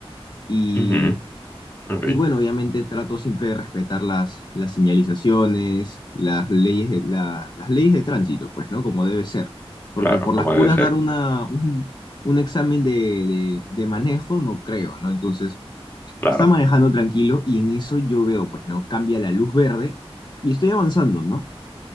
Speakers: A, on the left; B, on the left.
A: y,
B: Ujú. Ok.
A: y bueno, obviamente trato siempre de respetar las, las señalizaciones, las leyes de, la- las leyes de tránsito, pues, ¿no? Como debe ser. Porque
B: Claro,
A: por
B: como
A: las puras
B: debe ser.
A: dar una, un, un examen de, de, de manejo, no creo, ¿no? Entonces
B: Claro.
A: Está manejando tranquilo y en eso yo veo, pues no, cambia la luz verde y estoy avanzando, ¿no?